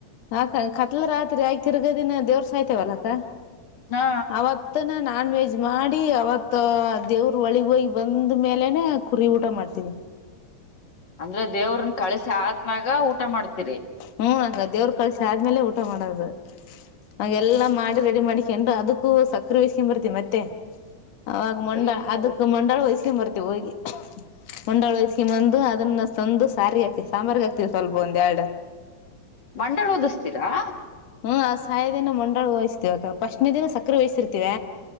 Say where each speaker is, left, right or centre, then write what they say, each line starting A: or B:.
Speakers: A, on the left (about 60°); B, on the left (about 40°).
A: ಅಕ್ಕಾ ಕತ್ಲ ರಾತ್ರಿ ಯಾಗಿ ತಿರ್ಗದಿನ ದೇವರ್ ಸಾಯ್ತವಲ್ಲ ಅಕ್ಕ <inaudible>
B: ಹಾ
A: ಆವತ್ ಮತ್ತ ನಾನ್ ವೆಜ್ ಮಾಡಿ ಅವತ್ತ ದೇವ್ರ ಒಳಿಗೆ ಹೋಗಿ ಬಂದ ಮೇಲೆನೆ ಕುರಿ ಊಟ ಮಾಡ್ತೀನಿ
B: ಅಂದ್ರ ದೇವ್ರನ್ನ ಕಳಸಿ ಆದ್ಮ್ಯಾಗ ಊಟ ಮಾಡ್ತೀರಿ
A: ಹ್ಮ್ ಅಕ್ಕಾ ದೇವ್ರ ಕಳಿಸಿ ಆದ್ಮೇಲೆ ಊಟ ಮಾಡೋದು ಅವ ಎಲ್ಲಾ ಮಾಡಿ ರೆಡಿ ಮಾಡಿ ಕೆಂಡ್ರ ಅದಕ್ಕೂ ಸಕ್ಕರೆ ಹೊಯಿಸ್ಕೊಂಡ್ ಬರ್ತವಿ ಮತ್ತೆ ಅವಾಗ ಮಂಡಾ
B: ಅಯ್ಯೋ
A: ಅದಕ್ ಮಂಡಾಳ ವಯಸ್ಕೊಂಡ ಬರ್ತೀವಿ ಹೋಗಿ ಮಂಡಾಳ್ ವಯಿಸ್ಕೆಂಡ ಬಂದು ಅದನ್ನ ತಂದು ಸಾರಿಗೆ ಹಾಕಿ ಸಾಂಬಾರ್ ಗೆ ಹಾಕ್ತಿವಿ ಸ್ವಲ್ಪ ಒಂದು ಆಳ್ಡ್
B: ಮಂಡಾಳ್ ಓದಿಸ್ತೀರಾ.
A: ಹ್ಮ್ ಸಾಯ ದಿನ ಮಂಡಾಳ ವಹಿಸ್ತೀವ ಪಸ್ನೆ ದಿನ ಸಕ್ಕ್ರೀ ವಹಿಸಿರ್ತಿವ